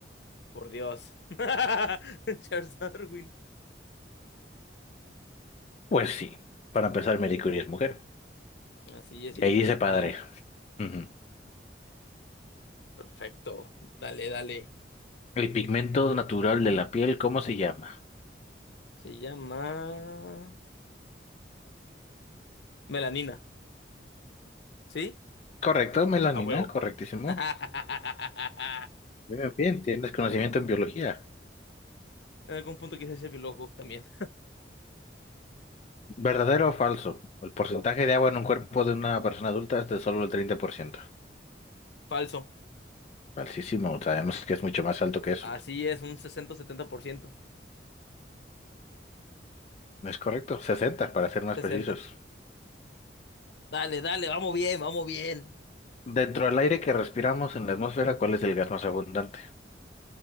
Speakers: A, on the left (about 70°); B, on the left (about 40°).
A: Por Dios. <laughs> Charles Darwin.
B: Pues sí. Para empezar, Marie Curie es mujer.
A: Así es, y
B: Y Ahí
A: dijiste
B: dice padre.
A: padre.
B: Ujú.
A: Perfecto. Dale, dale.
B: El pigmento natural de la piel, ¿cómo se llama?
A: Se llama melanina. ¿Sí?
B: Correcto, melanina,
A: A huevo.
B: correctísimo.
A: <laughs>
B: Muy bien, bien, tienes conocimiento en biología.
A: En algún punto quise ser biólogo también.
B: ¿Verdadero o falso? El porcentaje de agua en un cuerpo de una persona adulta es de solo el 30%.
A: Falso.
B: Altísimo, sabemos que es mucho más alto que eso.
A: Así es, un sesenta setenta por ciento
B: No es correcto, 60 para ser más
A: sesenta
B: precisos.
A: Dale, dale, vamos bien, vamos bien.
B: Dentro del aire que respiramos en la atmósfera, ¿cuál es el gas más abundante?